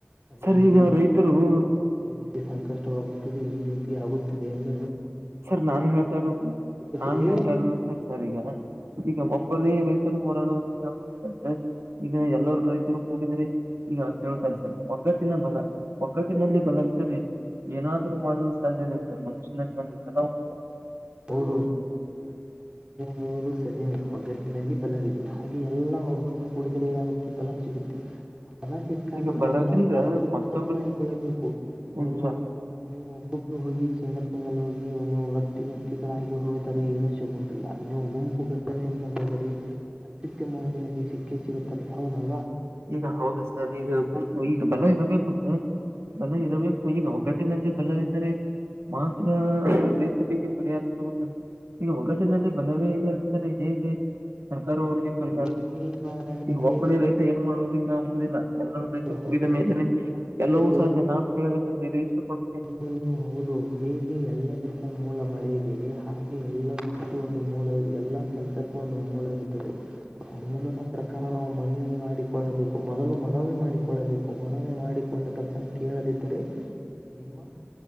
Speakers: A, on the right; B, on the right.
A: ನಮಗೆ
B: ಸರ್
A: ಈ
B: ಈಗ
A: ರೀತಿ
B: ರೈತರು
A: ತೊಂದರೆ ಆಗುತ್ತಿದೆ ಈ ರೀತಿ ಸಂಕಷ್ಟವಾಗುತ್ತಿದೆ ಈ ರೀತಿ ಆಗುತ್ತಿದೆ ಎಂದ
B: ಸರ್ ನಾನು ಹೇಳ್ತಾರೋ ನಾನು
A: ರೀ
B: ಹೇಳ್ತಾರ ಸರ್ ಸರ್ ಈಗ ಈಗ ರೈತು ಮೋರಡುವುದು ಕ ಈಗ ಎಲ್ಲರ ರೈತರು ಕೂಗಿದರೆ ಈಗ ಕೇಳ್ತಾರೆ ಸರಿ ಒಗ್ಗತ್ತಿಲ್ಲ ಮಲ್ಲ ಒಗಟ್ಟಿನಲ್ಲಿ ಬಲವರಿ ಏನಾದ್ರು ಮಾಡಲು ಸಾಧ್ಯತೆ ಸ ಮನುಷ್ಯನಲ್ಲಿ ಬಂದ ಹೌ
A: ಹೌದು ನೀುದು ಸರಿನೇ ಒಗ್ಗಟ್ಟಿನಲ್ಲಿ ಬಲವಿದೆಯಾ ಹಾಗೆ ಎಲ್ಲ ಒಗ್ಗಟ್ಟು ಕುೂಡಿದ್ರೆ ಏನಾಗುತ್ತೆ ಬಲ ಸಿಗುತ್ತೆ ಆಂಬಲ ಸಿಕ್ಕಾಗ
B: ಈಗ
A: ನಾವು
B: ಬಲದಿಂದ
A: ಸರ್ಕಾರದಲ್ಲಿ
B: ಮತ್ತೊಬ್ಬರಿಗೆ
A: ಮನವಿ ಮಾಡಿಕೊಳ್ಳಬೇಕು ನೀವು
B: ಹೌದು ಸರ್
A: ನೀವು ಒಬ್ಬೊಬ್ರು ಹೋಗಿ ಸಿಂಗಲ್ ಸಿಂಗಲ್ ಹೋಗಿ ನೀವು ವತಿಿ ವ್ಯಕ್ತಿಗಳಾಗಿ ಹೋದಿದರೆ ಏನುೂ ಸಿಗುವುದಿಲ್ಲ ನೀವು ಗುಂಪು ಟ್ಟನೆಯಿಂದ ಸೌೋದರಿ ಅತಿುತ್ತಮ ಸಿಕ್ಕ ಸಿಗುತ್ತದೆ ಹೌದಲ್ವಾ
B: ಈಗ ಹೌದು ಸರ್ ಈಗ ಈಗ ಬಲ ಇರಬೇಕು ಸ ಬಲ ಇರಬೇಕು ಈಗ ಒಗ್ಗಟ್ಟಿನಲ್ಲಿ ಬಲ ಇದ್ದಾರೆ ಮಾತ್ರತತಿ ಪ ಶ ಈಗ ಒಗ್ಗಟ್ಟಿನಲ್ಲಿ ಬಲವೇ ಇಲ್ಲದಂದರೆ ಹೇಗೆ ಯ ಅವ್ರಿಗೆ ಪರಿ
A: ಈ ವಾರ ನಿಮಗೆ
B: ಈಗ ಒಬ್ಬನಿ ರೈತ ಏನ್ ಮಾಡ್ಬೇಕಕ್ಕೆ ಅಗುದಿಲ್ಲ ಎಲ್ಲರೂ ರೈ
A: ಹೌದು
B: ಕುಡಿದ
A: ಹೌದು
B: ಮೇಲನೆ
A: ಎಲ್ಲಾ ರೈತರು
B: ಎಲ್ಲವೂ
A: ಕೂಡ
B: ಸಾಧ್ಯ ನಾನನ್ ಹೇಳಬೇಕಂದ್ರೆ ಇದು ಇಷ್ಟ ಪಡ
A: ನೀವು ಹೌದು ಹೇಗೆ ಎಲ್ಲದಕ್ಕ ಮೂಲ ಮಳೆ ಇದೆ ಹಾಗೆ ಎಲ್ಲಕ್ಕೂ ಒಂದು ಮೂಲ ಎಲ್ಲಾ ಕೆಲ್ಸಕ್ಕೂ ಒಂದು ಮೂಲ ಇರುತ್ತದೆ ಮೂ ಮಾತ್ರ ಪ್ರ ನಾವು ಮನವಿ ಮಾಡಿಕೊಳ್ಳಬೇಕು ಮೊದಲು ಮನವಿ ಮಾಡಿಕೊಳ್ಳಬೇಕು ಮನವಿ ಮಾಡಿಕೊಂಡ ತಕ್ಷಣ ಕೇಳದ ಇದ್ದರೆ ನಿಮ್ಮ